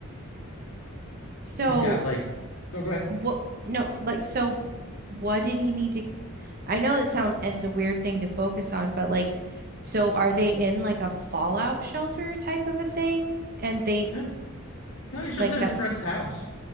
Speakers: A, on the right; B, on the left.
A: So
B: He's got like, no, go ahead.
A: what? No, like so. What did he need to? I know it sounds it's a weird thing to focus on, but like, so are they in like a fallout shelter type of a thing? And they
B: Yeah. No, he's just
A: like
B: at his
A: that.
B: friend's house